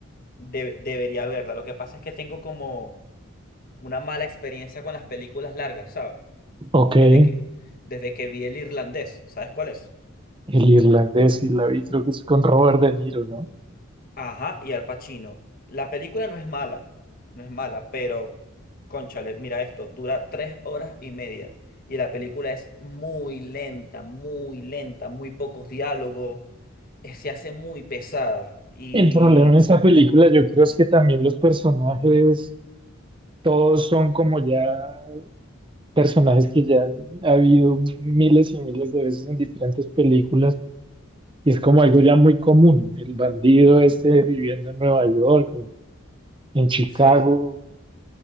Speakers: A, on the left; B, on the right.
A: de- debería verla. Lo que pasa es que tengo como una mala experiencia con las películas largas, ¿sabes?
B: Ok,
A: Desde
B: el
A: que, desde que vi El Irlandés, ¿sabes cuál es?
B: irlandés y la vi, creo que es con Robert De Niro, ¿no?
A: Ajá, y Al Pacino. La película no es mala, no es mala, pero, cónchale, mira esto, dura tres horas y media. Y la película es muy lenta, muy lenta, muy pocos diálogos. eh, se hace muy pesada. Y
B: El problema en esa película yo creo es que también los personajes, todos son como ya personajes que ya han habido miles y miles de veces en diferentes películas y es como algo ya muy común. El bandido
A: Ujú.
B: este viviendo en Nueva York, en en Chicago,
A: sí,